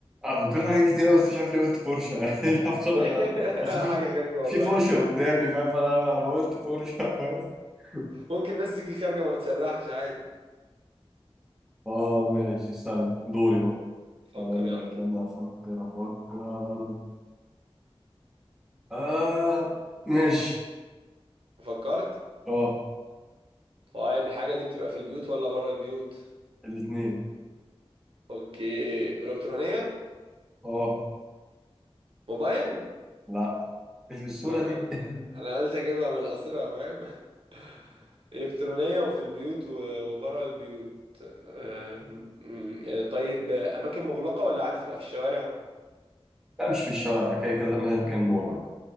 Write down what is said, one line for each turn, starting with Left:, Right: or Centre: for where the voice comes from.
Centre: أنا فكرت في حاجات كتير أوي بس مش عارف ليه قلت فرشة <laughs> مش عارف خطر
Right: <laughs>
Centre: على- أصل في
Right: حاجة غريبة والله
Centre: في فرشة قدامي فاهم فأنا أنا قلت فرشة فاهم <laughs>
Right: ممكن الناس تيجي خارجة وما تسرحش عادي
Centre: آه ماشي استنى دوري بقى
Right: فكر
Centre: أقول
Right: يلا
Centre: لك أنا أفكر أفكر آه ماشي
Right: فكرت
Centre: آه
Right: طيب الحاجة دي بتبقى في البيوت ولا بره البيوت
Centre: الاتنين
Right: اوكي الكترونية
Centre: آه
Right: موبايل
Centre: لا مش بالسهولة
Right: آه، انا
Centre: دي
Right: قلت
Centre: <laughs>
Right: انا قلت اجيبها من القصيرة فاهم <laughs> الكترونية وفي البيوت و- وبره البيوت أم، أم، آه، طيب آه، اماكن مغلقة ولا عادي تبقى في الشوارع
Centre: لا مش في الشارع كده كده أمريكان مولر